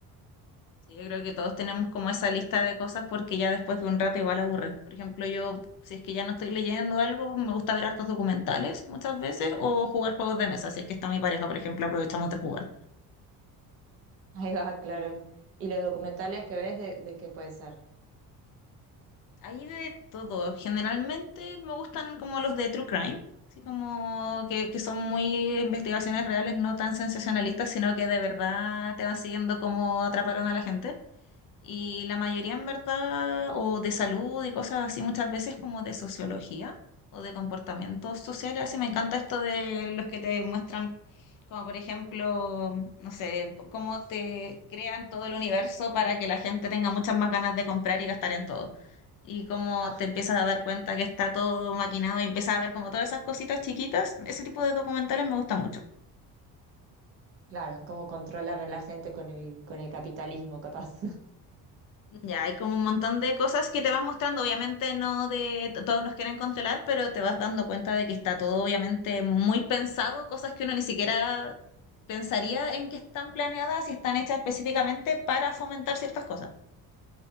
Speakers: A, on the left (about 55°); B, on the right (about 35°).
A: Sí, yo creo que todos tenemos como esa lista de cosas porque ya después de un rato igual aburre. Por ejemplo, yo, si es que ya no estoy leyendo algo, me gusta ver hartos documentales muchas veces o jugar juegos de mesa, si es que está mi pareja, por ejemplo, aprovechamos de jugar.
B: Ahí va, claro. ¿Y los documentales que ves de, de qué puede ser?
A: Hay de todo. Generalmente me gustan como los de True Crime, así como que, que son muy investigaciones reales, no tan sensacionalistas, sino que de verdad te van siguiendo cómo atraparon a la gente. Y la mayoría en verdad, o de salud y cosas así, muchas veces como de sociología o de comportamientos sociales. Así me encanta esto de los que te muestran como por ejemplo, no sé, cómo te crean todo el universo para que la gente tenga muchas más ganas de comprar y gastar en todo. Y cómo
B: Ah,
A: te empiezas a dar cuenta que está todo maquinado y empiezas a ver como todas esas cositas chiquitas. Ese tipo de documentales me gusta mucho.
B: claro, cómo controlan a la gente con el, con el capitalismo, capaz. <laughs>
A: Ya, hay como un montón de cosas que te van mostrando. Obviamente no de t- todos nos quieren controlar, pero te vas dando cuenta de que está todo obviamente muy pensado, cosas que uno ni siquiera pensaría en que están planeadas y están hechas específicamente para fomentar ciertas cosas.